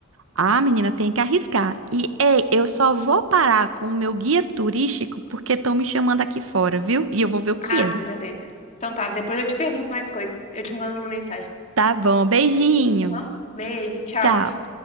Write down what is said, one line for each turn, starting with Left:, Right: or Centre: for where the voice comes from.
Right: Ah, menina, tem que arriscar. E, ei, eu só vou parar com o meu guia turístico porque estão me chamando aqui fora, viu? E eu vou ver o que
Left: Ah,
Right: é.
Left: não, beleza. Então tá, depois eu te pergunto mais coisas. Eu te mando uma mensagem,
Right: Tá bom, beijinho.
Left: tá bom? Beijo, tchau.
Right: Tchau.